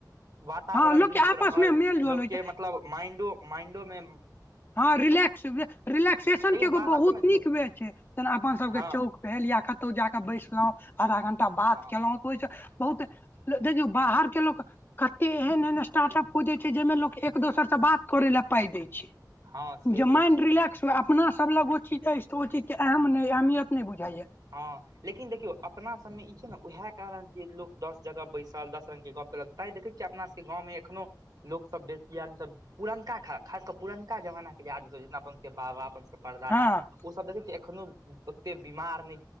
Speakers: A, on the right (about 60°); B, on the left (about 30°).
A: वातावरण
B: हँ लोक
A: नीक
B: के आपस
A: रहल
B: मे मेल जोल
A: लोकके
B: होइ छै
A: मतलब माइंडो-माइंडो मे
B: हँ रिलैक्स वे रिलैक्सन
A: लेकिन
B: के एगो
A: बाहर
B: बहुत
A: सबमे देखू
B: नीकमे छै जेना अपन सबके
A: हँ
B: चौक भेल या कतौ जााके बैसलहु आधा घं्टा बात
A: हँ
B: केलहुं। <unintelligible> बहुत देखियौ बाहर के लोको कते एहन-एहन स्टार्ट अप हो छै। जाहिमें लोक एक दोसर से बात करे ला पााय देय छै।
A: हँ से
B: जे माइंड
A: तऽ छै
B: रिलैक्स हुए अपना सब लग ओ चीज अछि त ओ चीज के एहम ने अहमियत नहि बुझाायया।
A: हँ लेकिन देखियौ अपना सबमे ई छै ने उएह कारण जे लोक दस जगह बैसल दस रंग के गप ल तैं देखै छियै अपना सबके गाँवमे एखनो लोकसभ बेसी आदमीसभ, पुरनका खा खास कऽ पुरनका जमानाके आदमीसभ जितना अपन सभके बाबा अपन सभ परदादा
B: हँ
A: ओ सब देख एखनो ओते बीमार नहि